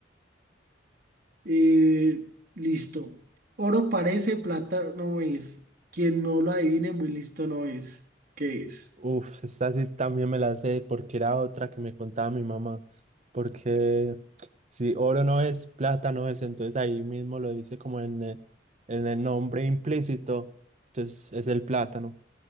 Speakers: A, on the right; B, on the right.
A: eh, listo. Oro parece, plata no es. Quien no lo adivine, muy listo no es. ¿Qué es?
B: uff, esta sí también me la sé porque era otra que me contaba mi mamá, porque si oro no es, plata no es, entonces ahí mismo lo dice como en el, en el nombre implícito, entonces es el plátano.